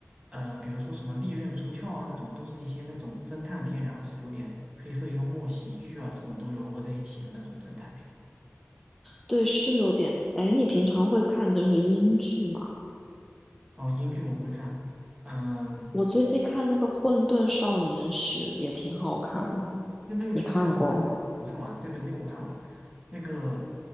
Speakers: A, on the right; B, in the centre.
A: 呃，比如说什么利刃出鞘啊那种，都是一些那种侦探片，然后是有点黑色幽默、喜剧啊这种都融合在一起的那种侦探片。
B: 对，是有点。哎，你平常会看就是英剧吗？
A: 哦，英剧我会看，嗯，
B: 我最近看那个《混沌少年时》也挺好看的，
A: 哦，那那个那个那个好看，
B: 你看过吗？
A: 那个我看完了，对对，那个我看完了，那个